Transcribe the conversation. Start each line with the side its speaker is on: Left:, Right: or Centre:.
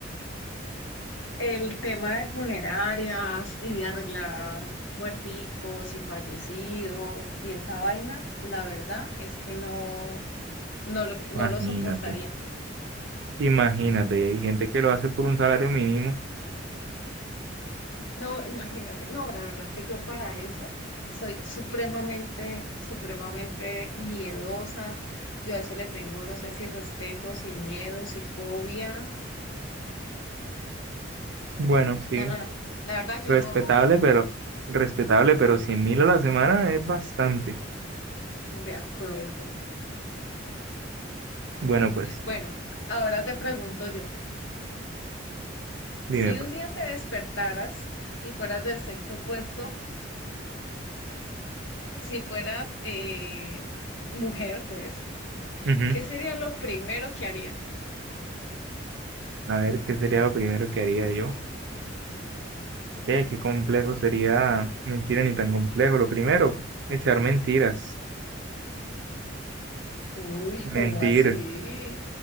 Left: El tema de funerarias y de arreglar muerticos y fallecidos y esa vaina, la verdad es que no, no lo, no
Right: Imagínate.
Left: lo soportaría.
Right: Imagínate, y hay gente que lo hace por un salario mínimo.
Left: No, imagínate, no, la verdad es que yo para eso soy supremamente, supremamente miedosa. Yo a eso le tengo, no sé si respeto, si miedo, si fobia.
Right: Bueno, sí,
Left: No, no, no. La verdad yo
Right: respetable,
Left: no,
Right: pero respetable, pero cien mil a la semana es bastante.
Left: de acuerdo.
Right: Bueno, pues,
Left: Bueno, ahora te pregunto yo.
Right: dime
Left: Si
Right: pues.
Left: un día te despertaras y fueras del sexo opuesto, si fueras eh, mujer, pues,
Right: Ujú.
Left: ¿qué sería lo primero que harías?
Right: A ver, ¿qué sería lo primero que haría yo? Eh, qué complejo sería, mentira ni tan complejo. Lo primero, echar mentiras.
Left: Uy, ¿cómo
Right: Mentir,
Left: así?